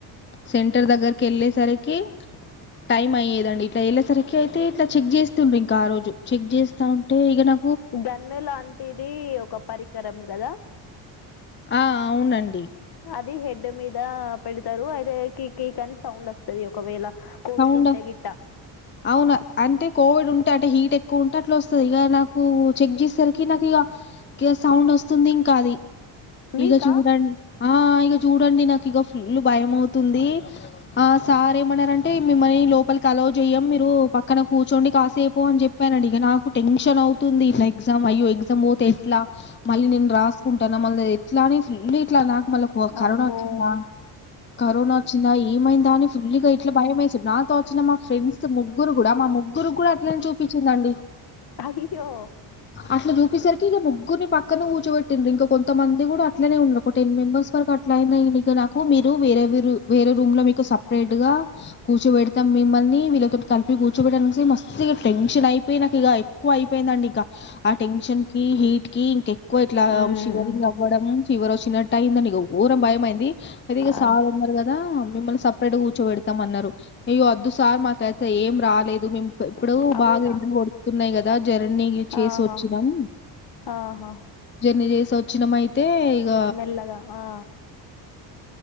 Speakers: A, on the left (about 25°); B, on the left (about 50°).
A: సెంటర్ దగ్గరికి వెళ్ళేసరికి టైమ్ అయ్యేదండి ఇట్లా వెళ్ళేసరికి అయితే ఇట్లా చెక్ చేస్తుండిరి ఇంక ఆ రోజు చెక్ చేస్తా ఉంటే ఇక నా
B: గన్ను లాంటిది ఒక పరికరం కదా
A: ఆ అవునండి
B: అది హెడ్ మీద పెడతారు. అయితే కి కీక్ అనీ సౌండ్ వస్తాది ఒకవేళ. కోవిడ్
A: సౌండ్
B: ఉంటే
A: ఆఫ్
B: గిట్ట
A: అవునా అంతే కోవిడ్ ఉంట అంటే హీట్ ఎక్కువ ఉంటే అట్లా వస్తుంది. ఇక నాకు చెక్ చేసేసరికి నాకు ఇక సౌండ్ వస్తుంది ఇంకా కాది
B: మీకా
A: ఇక చూడండి ఆ ఇక చూడండి నాకు ఇక ఫుల్ భయంమవుతుంది ఆ సార్ ఏమన్నారంటే మిమ్మల్ని లోపలికి అలవ్ చెయ్యం మీరు పక్కన కూర్చోండి కాసేపు అని చెప్పారండి. ఇక నాకు టెన్షన్ అవుతుంది. ఇట్లా ఎగ్జా అయ్యో ఎగ్జామ్ పోతే ఎట్లా మళ్ళీ నేను రాసుకుంటాన. మళ్ళీ ఎట్లా అని ఇట్లా నా మళ్ళా కరోనా
B: అమ్మో
A: వచ్చిందా కరోనా వచ్చిందా ఏమైందా అని ఫుల్ గా భయంవేసింది. నాతో వచ్చిన మా ఫ్రెండ్స్ ముగ్గురు కి కూడా మా ముగ్గురు కూడా అట్లనే చూపించిందండి.
B: అయ్యో
A: అట్లా చూపించేసరికి ఇక ముగ్గురిని పక్క పక్కనే కూర్చోబెట్ండారు ఇంకా కొంతమంది కూడా అట్లనే ఉన్నారు. ఒక టెన్మెంబర్స్ వరకు అట్లాయినాయి. ఇక నాకు మీరు వేరే మీరు వేరే రూమ్ లో మీకు సపరేట్ గా కూర్చోబెతాం మిమ్మల్ని వీళ్ళతో కలిపి కూర్చోబెట్టము. మస్త్ టెన్షన్ అయిపోయి నాకు ఇక ఎక్కువ అయిపోయిందండి. ఇంకా ఆ టెన్షన్ కి హీట్ క ఇంక ఎక్కువ ఇట్లా
B: ఉమ్
A: షివరింగ్ అవ్వడం ఫీవర్ వచ్చినట్టు అయిందండి. ఘోరం భయంమైయింది. అయితే ఇక
B: అవ్
A: సార్ ఉన్నారు కదా మిమ్మల్ని సపరేట్ గా కూర్చోబెడి తమన్నారు ఇక వద్దు సార్ మాకైతే ఏం రాలేదు మేము ఇప్పుడు
B: అవునా
A: బాగా ఎండాలు కొడుకుతున్నాయి కదా జర్నీ చేసి
B: ఆహా
A: వచ్చినాం
B: ఆహా
A: జర్నీ చేసి వచ్చినాం అయీ తే ఇక
B: మెల్లగా ఆ